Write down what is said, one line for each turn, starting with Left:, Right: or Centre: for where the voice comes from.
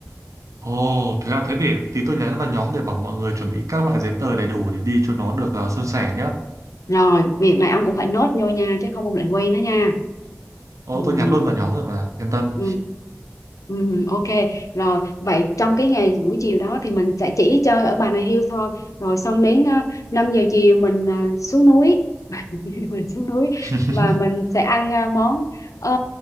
Right: Ồ, thế à, thế để tí tôi nhắn vào nhóm để bảo mọi người chuẩn bị các loại giấy tờ đầy đủ để đi cho nó được uh, suôn sẻ nhá.
Left: rồi việc này ông cũng phải nốt vô nha chứ không ông lại quên đó nha
Right: Ồ,
Left: Ừm.
Right: tôi nhắn luôn vào nhóm rồi mà, yên tâm.
Left: Ừ. Ừ, ok rồi vậy trong cái ngày buổi chiều đó thì mình sẽ chỉ chơi ở Bà Nà Hills thôi rồi xong đến uh, 5 giờ chiều mình à, xuống núi <laughs> mình xuống núi
Right: <laughs>
Left: và mình sẽ ăn à, món ờ,